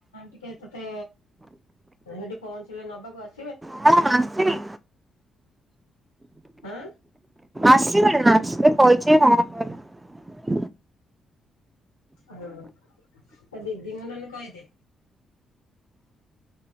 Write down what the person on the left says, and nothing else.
ଟିକେ ତତେ ସେଠି ପହଞ୍ଚିଲେ ନବାକୁ ଆସି
ଆଁ
ହଁ ତୋ ଦିଦିଙ୍କୁ ନହେଲେ କହିଦେ।